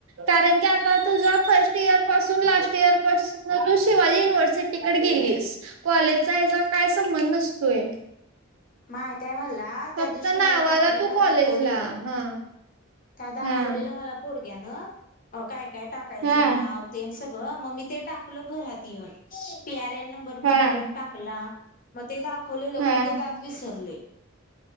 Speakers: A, on the right; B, on the left.
A: कारण की आता तुझं फर्स्ट इयर पासून लास्ट इयर पासनं तू शिवाजी युनिव्हर्सिटीकडं गिलीस कॉलेजचा याचा काय संबंध नसतोय.
B: मायतय मला. हा त्या
A: फक्त
B: दिवशी
A: नावाला
B: मला एका पुजानं
A: तू कॉलेजला
B: दाखवलेलं,,
A: हा
B: त्या दाखवलेलं
A: हा
B: मला कोडग्यान, अं काय काय टाकायचं
A: हा
B: नाव तेन सगळं, मग मी ते टाक घरात येऊन,, पीआर एन नंबर
A: हा.
B: मग बघून टाकला, मग ते दाख खोलेलं
A: हा
B: खरं ते त्यात विसरलय.